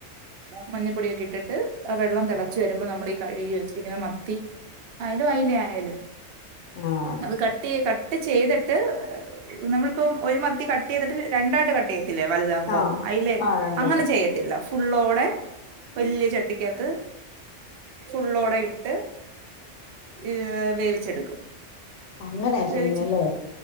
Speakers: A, on the right; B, on the left.
A: മഞ്ഞപ്പൊടിയൊക്കെട്ടിട്ട് വെള്ളം തിളച്ചു വരുമ്പോ നമ്മൾ ഈ കഴുകി വെച്ചിരിക്കുന്ന മത്തി അയ്ല അയ്ല ആയാലും
B: ആഹ്
A: അത് കട്ട് കട്ട് ചെയ്തിട്ട് നമ്മളിപ്പോം ഒരു മത്തി കട്ട് ചെയ്തിട്ട് രണ്ടായിട്ട് കട്ട് ചെയ്യത്തില്ലേ വലുതാവുമ്പോം
B: ആഹ്
A: അയ്ലെ
B: ആഹ് രണ്ടട്ട്
A: അങ്ങനെ ചെയ്യ ത്തില്ല ഫുുള്ളോടെ വെല്ല്യ ചട്ടിക്കകത്ത് ഫുള്ളോടെ ഇട്ട് ഏഹ് വേവിച്ചെടുക്കും
B: അങ്ങനെയ ചെയ്യുന്നല്ലേ
A: വേവിച്ച്